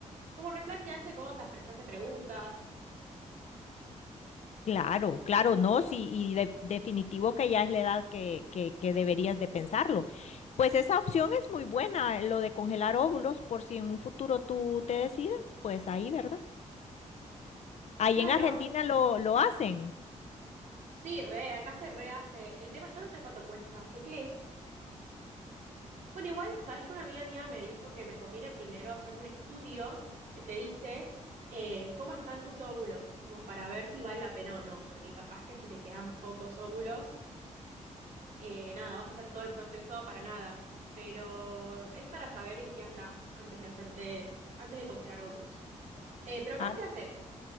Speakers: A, on the right (about 75°); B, on the left (about 60°).
A: Como replantearse cosas, pero hacerse preguntas.
B: Claro, claro, no, sí, y de- definitivo que ya es la edad que, que, que deberías de pensarlo. Pues esa opción es muy buena, lo de congelar óvulos, por si en un futuro tú te decides, pues ahí, ¿verdad? Ahí
A: Claro,
B: en Argentina lo, lo hacen.
A: sí, re, acá se rehace. El tema, yo no sé cuánto cuesta, sé qué es. Bueno, igual, sabes que una amiga mía me dijo que me conviene primero hacerme un estudio que te dice eh, cómo están tus óvulos, como para ver si vale la pena o no, porque capaz que si te quedan pocos óvulos eh, nada, vas a hacer todo el proceso para nada, pero es para saber en qué andas antes de hacerte, antes de congelar óvulos. Eh, pero acá
B: Ah,
A: se hace,